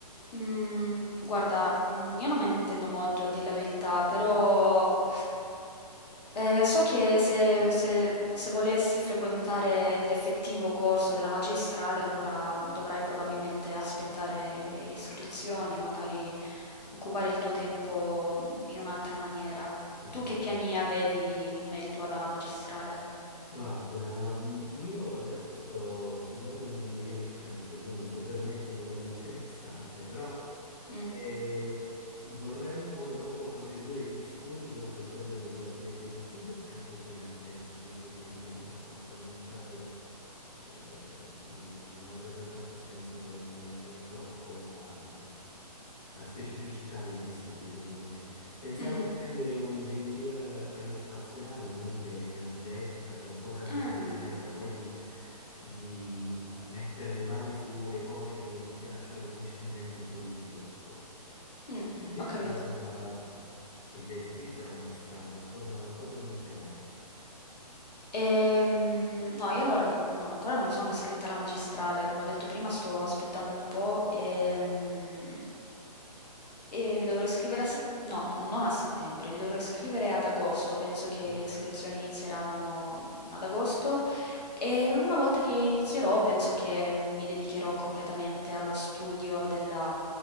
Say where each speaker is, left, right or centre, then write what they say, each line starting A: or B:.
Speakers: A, on the left; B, on the left.
A: Mhmm, guarda, mhmm, io non me ne intendo molto a dir la verità, però, ehm, so che se se se volessi frequentare l'effettivo corso della magistrale, allora mhmm, dovrai probabilmente aspettare le iscrizioni e magari occupare il tuo tempo, mhmm, in un'altra maniera.
B: Esatto.
A: Tu che piani avevi in merito alla magistrale?
B: Guarda, mh, io adesso sto studiando ingegneria meccanica, quindi se permetti nulla di <laughs> interessante, però
A: Mh,
B: eh, vorrei poi dopo proseguire gli studi con qualcosa che mi piacerebbe di più, che è sempre ovviamente la tua ingegneria. Una volta cominciato eh, mh, non avrebbe tanto senso poi cambiare troppo la, mm, la specificità degli studi, secondo me. Pensavo
A: mh-mh.
B: di prendere un'ingegneria aerospaziale o comunque energetica, qualcosa che
A: Ah,
B: mi permetta poi di, di mettere le mani sulle cose che mi piacciono sinceramente un po' di più, ecco.
A: mh,
B: Tu invece
A: ho capito.
B: cosa sei già iscritta alla magistrale? Cosa, cosa comincerai?
A: Ehm, no, io allora n- non- ancora non mi sono iscritta alla magistrale, come ho detto prima sto aspettando un po' ehm, e, mi dovrò iscrivere a settembre, no, non non a settembre, mi dovrò iscrivere ad agosto, penso che
B: Ok,
A: le iscrizioni inizieranno ad agosto e una volta che inizierò penso che mi dedicherò completamente allo studio della,